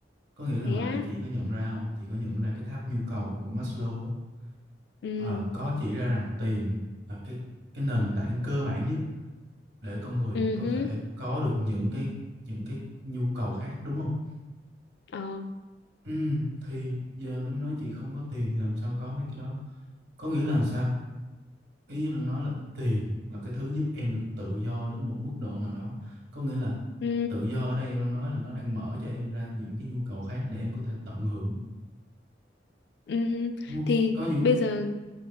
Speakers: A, on the right (about 60°); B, on the left (about 65°).
A: Có nghĩa là
B: Thế
A: hồi
B: á.
A: nãy chị có nhận ra không? Chị có nhận ra cái tháp nhu cầu của Maslow á.
B: Ừ.
A: Ờ, có chỉ ra rằng tiền là cái cái nền tảng cơ bản nhất để con người
B: Ừ.
A: có
B: hứ.
A: thể có được những cái những cái nhu cầu khác đúng không?
B: Ờ.
A: Ừ, thì giờ em nói chị không có tiền thì làm sao có mấy cái đó? Có nghĩa là làm sao? ý em đang nói là tiền là cái thứ giúp em được tự do đến một mức độ nào đó có nghĩa là
B: Ừ.
A: tự do ở đây em đang nói là nó đang mở cho em ra những cái nhu cầu khác để em có thể tận hưởng
B: Ừm,
A: đúng không
B: Thì
A: có những
B: bây giờ